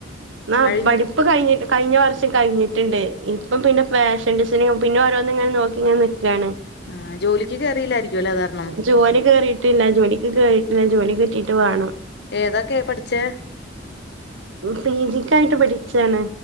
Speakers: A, on the right (about 80°); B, on the left (about 60°).
A: ആ
B: കഴിഞ്ഞ?
A: പഠിപ്പ് കഴിഞ്ഞിട്ട് കഴിഞ്ഞ വർഷം കഴിഞ്ഞ് ട്ടിണ്ട് ഇപ്പം പിന്നെ ഫാഷ ഷൻ ഡിസൈനിങ്ങും പിന്നെ ഓരോന്നിങ്ങ നോക്കിങ്ങനെ നിക്കാണ്.
B: ആഹ് ജോലിക്ക് കേറിയില്ലായിരിക്കുംല്ലേ അത് കാരണം
A: ജോലി കേറിയിട്ടില്ല ജോലിക്ക് കേറിയിട്ടില്ല ജോലി കിട്ടി ട്ട് വേണം.
B: ഏതൊക്കെയാ പഠിച്ചെ?
A: പി ജി ക്കായിട്ട് പഠിച്ചാണ്.